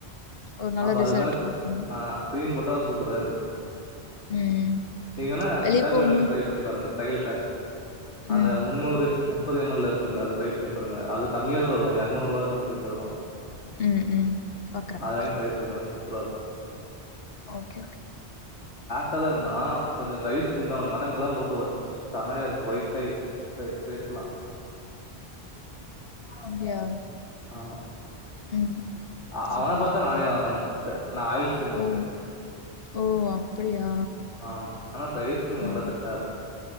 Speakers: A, on the left (about 60°); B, on the left (about 80°).
A: ஒரு நல்ல
B: அப்ப
A: ரிசல்ட்
B: அதுக்கு மேல
A: குடுக்கும்.
B: ஆ கிரீம் போட்டு தா சூப்பரா
A: ம்.
B: நீங்கன்னா
A: வெளிய
B: சட்டாப்பல்
A: போகும்போது
B: வாங்கி ட்ரை பண்ணி பாருங்க ட்ரையல் பேக் அந்த
A: ம்.
B: முன்னூறு முப்பது எம் எல்ல இருக்கு ம் அது ட்ரை பண்ணி பாருங்க அது கம்மியா தா வரு எரநூறுபா சம் சம்திங்தா வரு
A: உம்-உம் பாக்கற-பாக்கற
B: வாங்கி ட்ரை பண்ணி பாருங்க. சூப்பரா இருக்கு
A: ஓகே-ஓகே
B: கதர்ந்தா கொஞ்சோ ட்ரை ஸ்கின் தா அவனுக்கு ஆனா இப்போலா சமயாருக்கு ஒயிட்டாருக்கு பேஸ்லா
A: அப்டியா
B: ஆமா
A: ம். ம்.
B: அ
A: சரி
B: அவன
A: ஓகே.
B: பாத்தா நானே வாங்குன அ நா ஆயில் ஸ்கின்ட்டு
A: ஓ! ஓ! அப்படியா?
B: ஆமா ஆனா ட்ரய் ஸ்கின்க்கு நல்லா
A: ம்.
B: செட் ஆகுது